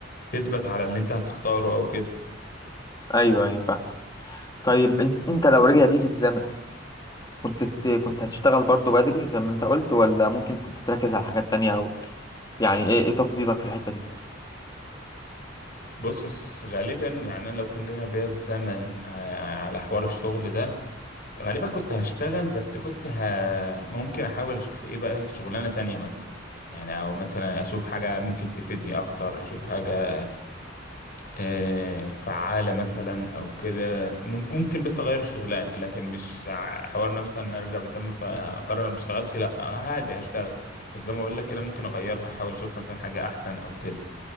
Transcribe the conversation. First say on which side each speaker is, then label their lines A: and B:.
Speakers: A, on the left; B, on the left.
A: تثبت على اللي انت هتختاره او كده
B: ايوه ايوه فاهم طيب إن- انت لو رجع بيك الزمن كنت ت- كنت هتشتغل برضو بدري زي ما انت قلت ولا ممكن كنت تركز على حاجات تانية او يعني ايه ايه تفضيلك في الحتة دي
A: بص س- غالبا يعني انا لو كان رجع بيا الزمن آه، على حوار الشغل ده غالبا كنت هشتغل بس كنت ه... ممكن احاول اشوف ايه بقى شغلانة تانية مثلا يعني او مثلا اشوف حاجة ممكن تفيدني اكتر اشوف حاجة آه، فعالة مثلا او كده ممكن ممكن بس اغير الشغلانة لكن مش ع- حوار ان أنا مثلا ارجع بالزمن فاقرر ما اشتغلش لا عادي هشتغل بس زي ما اقول لك كده ممكن اغيرها احاول اشوف مثلا حاجة احسن او كده